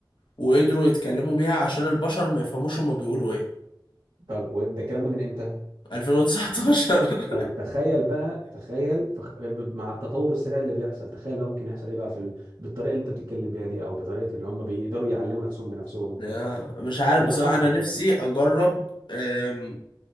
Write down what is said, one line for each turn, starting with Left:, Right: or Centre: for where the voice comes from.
Left: وقدروا يتكلموا بيها عشان البشر ما يفهموش هما بيقولوا ايه
Right: طب وده الكلام ده من امتى؟
Left: 2019
Right: طب
Left: <laughs>
Right: تخيل بقى تخيل فخ- مع التطور السريع اللي بيحصل تخيل بقى ممكن يحصل ايه بقى في ال... بالطريقه اللي انت بتتكلم بيها دي او بطريقه اللي هم بيقدروا يعلموا نفسهم بنفسهم وكده
Left: آه، مش عارف
Right: لا
Left: بصراحة
Right: طبعا
Left: أنا نفسي أجرب آم،